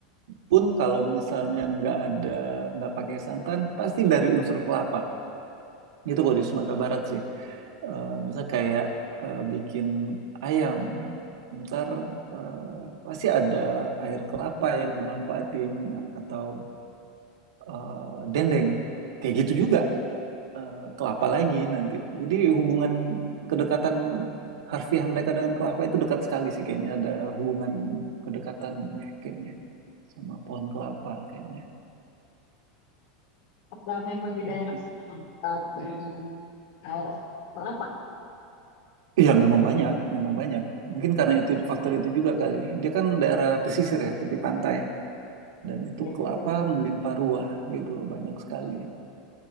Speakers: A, on the right; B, on the left.
A: pun kalau misalnya nggak ada nggak pakai santan, pasti dari unsur kelapa. itu kalau di Sumatera Barat sih. Eh misal kayak eh, bikin ayam, ntar eh, pasti ada air kelapa yang dimanfaatin atau eh, dendeng. Kayak gitu juga eh, kelapa lagi nanti. Jadi hubungan kedekatan harfiah mereka dengan kelapa itu dekat sekali sih kayaknya ada hubungan kedekatan deh kayaknya sama pohon kelapa kayaknya.
B: apa memang di
A: Kayak
B: daerah
A: gitu.
B: sana dekat dengan daerah kelapa
A: Iya memang banyak, memang banyak. Mungkin karena itu faktor itu juga kali. Dia kan daerah pesisir ya, tepi pantai dan itu
B: ya
A: kelapa
B: juga sih
A: melimpah ruah gitu loh, banyak sekali.